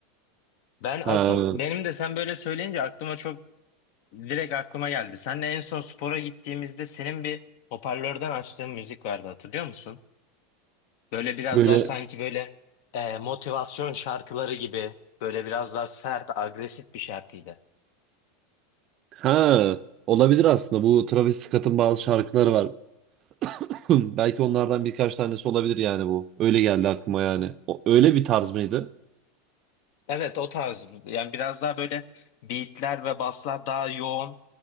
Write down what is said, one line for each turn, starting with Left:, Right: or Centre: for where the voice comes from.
Left: Ben
Right: Ha,
Left: asıl benim de sen böyle söyleyince aklıma çok Direkt aklıma geldi. Seninle en son spora gittiğimizde senin bir hoparlörden açtığın müzik vardı hatırlıyor musun? Böyle biraz
Right: böyle
Left: daha sanki böyle e, motivasyon şarkıları gibi böyle biraz daha sert, agresif bir şarkıydı.
Right: ha olabilir aslında. Bu Travis Scott'ın bazı şarkıları var. <clears throat> Belki onlardan birkaç tanesi olabilir yani bu. Öyle geldi aklıma yani. O, öyle bir tarz mıydı?
Left: Evet o tarz yani biraz daha böyle beatler ve baslar daha yoğun.